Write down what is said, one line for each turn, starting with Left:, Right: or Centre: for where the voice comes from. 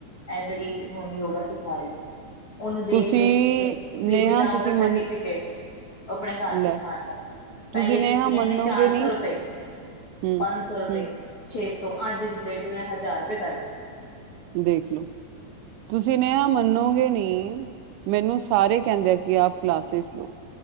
Left: ਇਹ ਜਿਹੜੀ ਹੁਣ ਯੋਗਾ ਸਿਖਾ ਰਹੀ ਹੈ। ਉਹਨੂੰ ਦੇਖ-
Right: ਤੁਸੀਂ
Left: ਦੇਖ ਕੇ ਵਿਦ
Right: ਨੇਹਾ
Left: ਵਿਦਾਟ
Right: ਤੁਸੀਂ
Left: ਸਰਟੀਫਿਕੇਟ।
Right: ਮਨ
Left: ਉਹ ਆਪਣੇ ਘਰ
Right: ਲੈ
Left: ਸ ਖਾਣ ਲੱਗ ਗਈ, ਪਹਿਲੇ
Right: ਤੁਸੀਂ
Left: ਕੀਤੀ
Right: ਨੇਹਾ ਮੰਨੋਗੇ
Left: ਇਹਨੇ ਚਾਰ
Right: ਨੀ
Left: ਸੌ ਰੁਪਏ।
Right: ਹਮ
Left: ਪੰਜ ਸੌ ਰੁਪਏ,
Right: ਹਮ
Left: ਛੇ ਸੌ ਅੱਜ ਦੀ ਬੇਟੀ ਨੇ ਹਜ਼ਾਰ ਰੁਪਏ ਕਰ ਦਿੱਤਾ।
Right: ਦੇਖਲੋ ਤੁਸੀਂ ਨਹਾ ਮੰਨੋਗੇ ਨਹੀਂ। ਮੈਨੂੰ ਸਾਰੇ ਕਹਿੰਦੇ ਆ ਕਿ, ਆਪ ਕਲਾਸਿਸ ਲਓ।